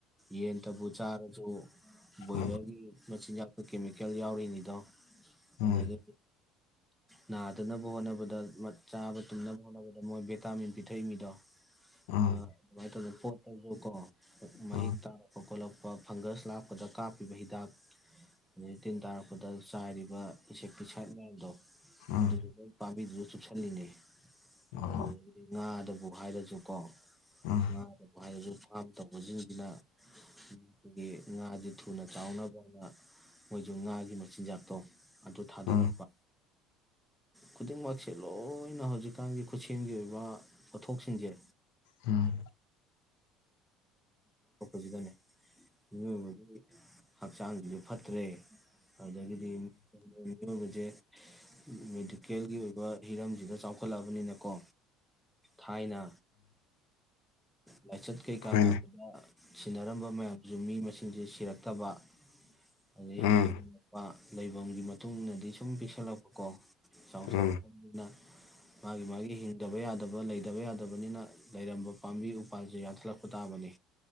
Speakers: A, in the centre; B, on the left.
A: ꯌꯦꯟꯇꯕꯨ ꯆꯔꯁꯨ ꯕꯣꯏꯂꯔꯒꯤ
B: ꯎꯝ
A: ꯃꯆꯤꯟꯖꯥꯛꯇ ꯀꯦꯃꯤꯀꯦꯜ ꯌꯥꯎꯔꯤꯅꯤꯗꯣ
B: ꯎꯝ
A: ꯑꯗꯒꯤ ꯅꯥꯗꯅꯕ ꯍꯣꯠꯅꯕꯗ ꯆꯥꯕ ꯇꯨꯝꯅꯕ ꯍꯣꯠꯅꯕꯗ ꯃꯣꯏ ꯚꯤꯇꯥꯃꯤꯟ ꯄꯤꯊꯛꯏ ꯃꯤꯗꯣ
B: ꯎꯝ
A: ꯑ ꯑꯗꯨꯃꯥꯏꯅ ꯇꯧꯅ ꯄꯣꯠꯇꯁꯨ ꯀꯣ ꯃꯍꯤꯛ
B: ꯎꯝ
A: ꯇꯥꯔꯛꯄ ꯈꯣꯠꯂꯛꯄ ꯐꯪꯒꯁ ꯂꯥꯛꯄꯗ ꯀꯥꯞꯄꯤꯕ ꯍꯤꯗꯥꯛ ꯑꯗꯩ ꯇꯤꯟ ꯇꯥꯔꯛꯄꯗ ꯆꯥꯏꯔꯤꯕ ꯄꯤꯁꯦꯛꯀꯤꯤꯁꯠ ꯃꯌꯥꯝꯗꯣ
B: ꯎꯝ
A: ꯑꯗꯨꯁꯨ ꯂꯣꯏ ꯄꯥꯝꯕꯤꯗ꯭ꯔꯁꯨ ꯆꯨꯞꯁꯂꯤꯅꯦ
B: ꯎꯝ
A: ꯑꯗꯒꯤ ꯑꯗꯨꯕꯨ ꯍꯥꯏꯔꯁꯨ ꯀꯣ
B: ꯎꯝ
A: ꯉꯥꯗꯕꯨ ꯍꯥꯏꯔꯁꯨ ꯐꯥꯝ ꯇꯧꯕꯁꯤꯡ ꯑꯗꯨꯅ ꯑꯩꯈꯣꯏꯒꯤ ꯉꯥꯁꯦ ꯊꯨꯅ ꯇꯥꯎꯅꯕꯅ ꯃꯣꯏꯁꯨ ꯉꯥꯒꯤ ꯃꯆꯤꯟꯖꯥꯛꯇꯣ ꯑꯗꯨ ꯊꯥꯗꯔꯛꯄ
B: ꯎꯝ
A: ꯈꯨꯗꯤꯡꯃꯛꯁꯦ ꯂꯣꯏꯅ ꯍꯧꯖꯤꯛꯀꯥꯟꯒꯤ ꯈꯨꯠꯁꯦꯝꯒꯤ ꯑꯣꯏꯕ ꯄꯣꯠꯊꯣꯛꯁꯤꯡꯁꯦ
B: ꯎꯝ
A: ꯑꯣꯄꯣꯖꯤꯠ ꯑꯅꯦ ꯎꯝ ꯍꯛꯆꯥꯡꯁꯤꯁꯨ ꯐꯠꯇ꯭ꯔꯦ ꯑꯗꯨꯗꯒꯤꯗꯤ ꯃꯤꯑꯣꯏꯕꯁꯦ ꯃꯦꯗꯤꯀꯦꯜꯒꯤ ꯑꯣꯏꯕ ꯍꯤꯔꯝꯁꯤꯗ ꯆꯥꯎꯈꯠꯂꯛꯑꯕꯅꯤꯅꯀꯣ ꯊꯥꯏꯅ ꯂꯥꯏꯆꯠ ꯀꯩ ꯀꯥ
B: ꯍꯣꯏꯅꯦ
A: ꯁꯤꯟꯅꯔꯝꯕ ꯃꯌꯥꯝꯁꯨ ꯃꯤ ꯃꯁꯤꯡꯁꯦ ꯁꯤꯔꯛꯇꯕ ꯑꯗꯗꯒꯤ
B: ꯎꯝ
A: ꯍꯦꯟꯒꯠꯂꯛꯄ ꯂꯩꯐꯝꯒꯤ ꯃꯇꯨꯡ ꯏꯟꯅꯗꯤ ꯁꯨꯝ ꯄꯤꯛꯁꯜꯂꯛꯄꯀꯣ ꯆꯥꯎꯊꯣꯔꯛꯄꯅꯤꯅ
B: ꯎꯝ
A: ꯃꯥꯒꯤ ꯃꯥꯒꯤ ꯍꯤꯡꯗꯕ ꯌꯥꯗꯕ ꯂꯩꯇꯕ ꯌꯥꯗꯕꯅꯤꯅ ꯂꯩꯔꯝꯕ ꯄꯥꯝꯕꯤ ꯎꯄꯥꯜꯁꯦ ꯌꯥꯟꯊꯠꯂꯛꯄ ꯇꯥꯕꯅꯤ